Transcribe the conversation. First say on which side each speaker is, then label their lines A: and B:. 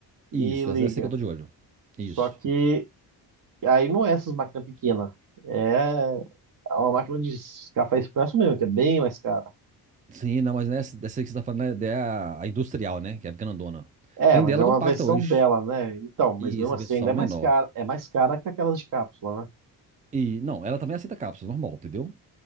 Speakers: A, on the right; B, on the right.
A: e
B: Isso,
A: liga.
B: essa é essa que eu tô de olho.
A: Só
B: Isso.
A: que aí não é essas máquinas pequenas, é uma máquina de café expresso mesmo, que é bem mais cara.
B: Sim, não, mas nessa, dessa aí que você tá falando né? é a, a industrial, né? Que é a grandona.
A: É,
B: Tem
A: mas
B: dela
A: é uma
B: compacta
A: versão
B: hoje.
A: dela, né? Então, mas
B: E
A: mesmo
B: essa
A: assim
B: versão
A: ainda é
B: menor.
A: mais cara, é mais cara que aquelas de cápsula, né?
B: E, não, ela também aceita cápsula, normal, entendeu?